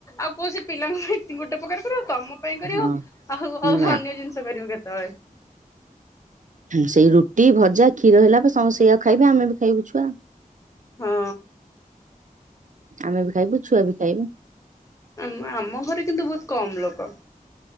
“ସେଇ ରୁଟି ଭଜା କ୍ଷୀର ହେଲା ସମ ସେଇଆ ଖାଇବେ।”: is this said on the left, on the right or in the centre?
Right